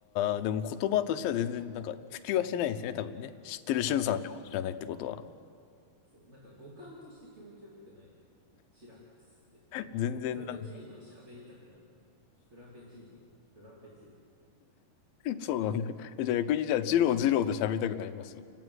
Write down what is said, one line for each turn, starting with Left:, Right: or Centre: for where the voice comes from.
Left: あー、でも言葉としては全然、なんか、普及はしてないんですよね、多分ね。知ってるしゅんさんでも知らないってことは。
Right: うん。しそう。なんか、語感として気持ちよくない。チラックスって。
Left: 全然なんか、
Right: なんか、フラペチーノは喋りたくなるもんね。フラペチーノ、フラペチーノみたいな。
Left: そうなんだ。えじゃあ逆に、じゃあ、ジロージローで喋りたくなります。